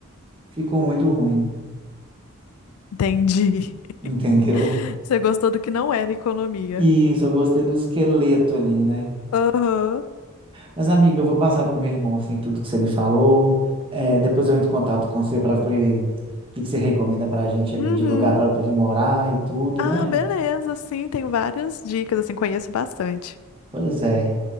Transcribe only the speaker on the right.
ficou muito ruim,
entendeu?
Isso, eu gostei do esqueleto ali, né?
Mas, amiga, eu vou passar pro meu irmão, assim, tudo que você me falou. É, depois eu entro em contato com você para ver o que que você recomenda pra gente ali
de lugar para ele morar e tudo,
né?
Pois é.